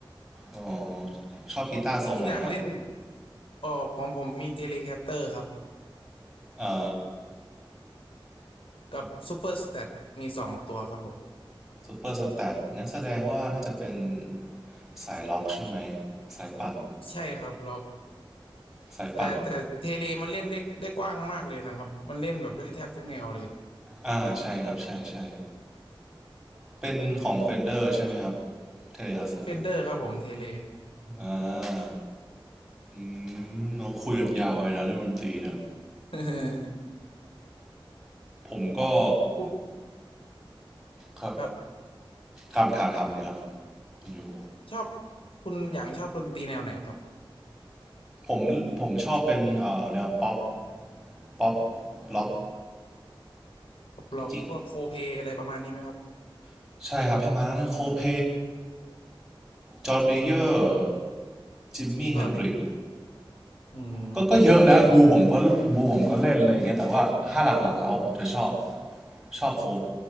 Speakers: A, in the centre; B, on the left (about 80°).
A: อ๋อชอบกีตาร์ทรงไหนครับ
B: คุณอย่างเล่นเอ๋อของผมมีเทเลแคสเตอร์ครับ
A: อ่า
B: กับซูเปอร์สเตตมีสองตัวครับผม
A: ซูเปอร์สแตทงั้นแสดงว่าน่าจะเป็นสายล็อกใช่ไหมสายปั่น
B: ใช่ครับแล้
A: สายปั่น
B: แต่แต่เทเลมันเล่นได้ได้กว้างมากเลยนะครับมันเล่นแบบได้แทบทุกแนวเลย
A: อ่าใช่ครับใช่ใช่เป็นของเฟนเดอร์ใช่ไหมครับเทเลคาสเซอร์
B: เฟนเดอร์ครับผมเทเล
A: อ่าอืมลองคุยกันยาวเลยนะเรื่องดนตรีเนี่ย
B: <laughs>
A: ผมก็
B: คุณ
A: ครับ
B: ครับ
A: ถามถามถามเลยครับคุณอยู่
B: ชอบคุณอย่างชอบดนตรีแนวไหนครับ
A: ผมผมชอบเป็นเอ่อแนวป๊อปป๊อปล็อกจริง
B: ร็อกพวกโคเพลอะไรประมาณนี้ไหมครับ
A: ๆใช่ครับประมาณนั้นโคเพจอห์นเมเยอร์จิมมี่เฮนดริก
B: ครับอืม
A: ก็ก็เยอะนะบูผมก็บูผมก็เล่นอะไรอย่างเงี้ยแต่ว่าถ้าหลักๆแล้วผมจะชอบชอบโคบ